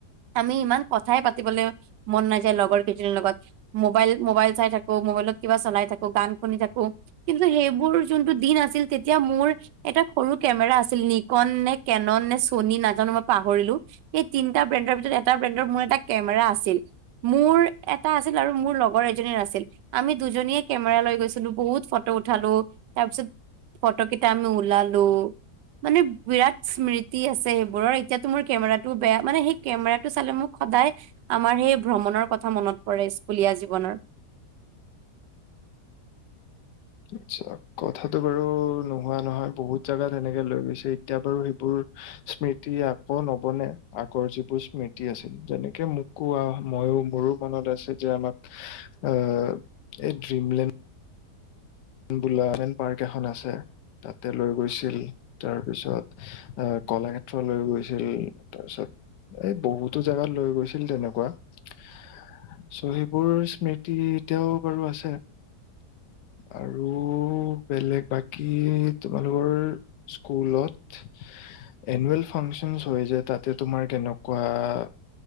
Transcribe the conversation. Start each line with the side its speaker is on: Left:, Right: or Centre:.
Right: আমি ইমান কথাই পাতিবলৈ মন নাযায় লগৰ কেই- জনী লগত মোবাইল মোবাইল চাই থাকো, মোবাইলত কিবা চলাই থাকো, গান শুনি থাকো। কিন্তু সেইবোৰ যোনটো দিন আছিল তেতিয়া মোৰ এটা সৰু কেমেৰা আছিল নিকন নেক- কেনন নে, চনী নাজানো মই পাহৰিলো। এই তিনিটা ব্ৰেণ্ডৰ ভিতৰত এটা ব্ৰেণ্ডৰ মূৰ এটা কেমেৰা আছিল। মোৰ এটা আছিল আৰু মোৰ লগৰ এজনীৰ আছিল। আমি দুজনীয়ে কেমেৰা লৈ গৈছিলো বহুত ফটো উঠালো তাৰপিছত- ফটো কেইটা আমি ওলালো মানে বিৰাট- স্মৃতি আছে সেইবোৰৰ এতিয়াতো মোৰ কেমেৰাটো বেয়া মানে সেই কেমেৰাটো চালে মোক সদায়- আমাৰ সেই ভ্ৰমণৰ কথা মনত পৰে স্কুলীয়া জীৱনৰ।
Left: আটছা কথাটো বাৰু নোহোৱা নহয়, বহুত জাগাত সেনেকে লৈ গৈছে এতিয়া টো সেইবোৰ- স্মৃতি আকৌ নবনে, আগৰ যিবোৰ স্মৃতি আছিল। যেনেকে মোক- কোৱা ময়ো, মোৰো মনত আছে যে আমাক আহ, এই ড্ৰিমলেণ্ড- বোলামেন পাৰ্ক এখন আছে তাতে লৈ গৈছিল। তাৰ পিছত আহ, কলাক্ষেত্ৰ লৈ গৈছিল তাৰপিছত, - এই বহুতো জেগাত লৈ গৈছিল তেনেকুৱা। চৌ সেইবোৰ স্মৃতি এতিয়াও বাৰু আছে। আৰু- ও বেলেগ বাকী তোমালোকৰ স্কুলত- এনুৱেল ফাংচনচ হয় যে তাতে তোমাৰ কেনকুৱা-